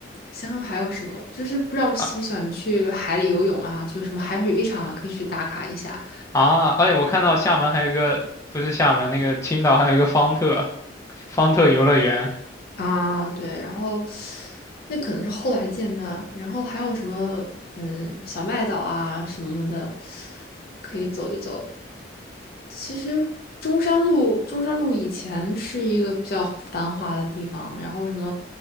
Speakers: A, on the left; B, on the left.
A: 想想还有什么，就是不知道喜不喜欢去海里游泳啊，
B: 啊
A: 就是什么海水浴场啊，可以去打卡一下。
B: 啊！哎，我看到厦门还有一个，不是厦门那个青岛还有一个方特方特游乐园
A: 啊，对，然后那可能是后来建的，然后还有什么嗯小麦岛啊什么的，可以走一走。其实中山路，中山路以前是一个比较繁华的地方，然后什么